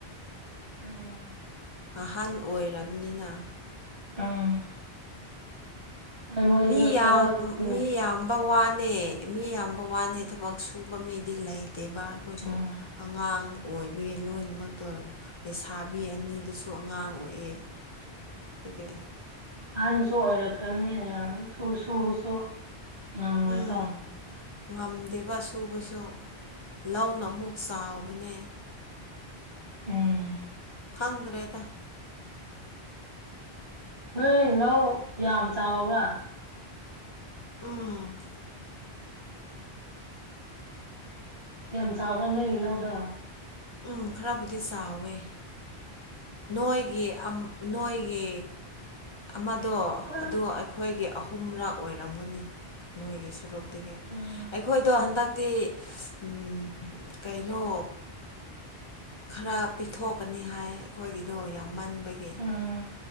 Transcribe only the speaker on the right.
ꯎꯝ
ꯎꯝ ꯍꯣꯏ ꯃꯣꯏꯁꯨ
ꯊꯕꯛ
ꯎꯝ
ꯎꯝ
ꯎꯝ
ꯑꯍꯟꯁꯨ ꯑꯣꯏꯔꯛꯈ꯭ꯔꯥꯕꯅꯦ ꯌꯥꯝ <unintelligible> ꯁꯨꯕꯁꯨ ꯉꯝꯃꯣꯏꯀꯣ
ꯎꯝ
ꯅꯣꯏ ꯂꯧ ꯌꯥꯝ ꯆꯥꯎꯕ꯭ꯔꯥ
ꯌꯥꯝ ꯆꯥꯎꯕ꯭ꯔꯥ ꯅꯣꯏꯒꯤ ꯂꯧꯗꯨ
ꯈꯣꯏ
ꯎꯝ
ꯎꯝ